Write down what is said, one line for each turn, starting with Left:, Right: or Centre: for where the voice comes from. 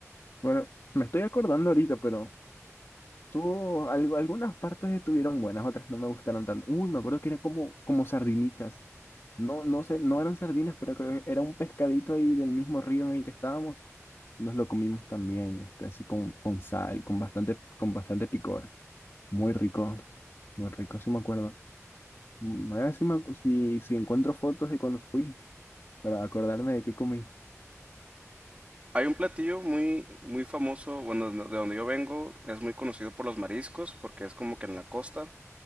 Left: Bueno, me estoy acordando ahorita, pero tuvo algo, algunas partes estuvieron buenas, otras no me gustaron tanto. Uy, me acuerdo que era como, como sardinitas. No, no sé, no eran sardinas, pero creo que era un pescadito ahí del mismo río en el que estábamos. Nos lo comimos también, este, así con, con sal, con bastante, con bastante picor. Muy rico, muy rico, sí me acuerdo. Mm, A ver si, me acu- si, si encuentro fotos de cuando fui para acordarme de qué comí.
Right: Hay un platillo muy, muy famoso, bueno, de de donde yo vengo, es muy conocido por los mariscos, porque es como que en la costa.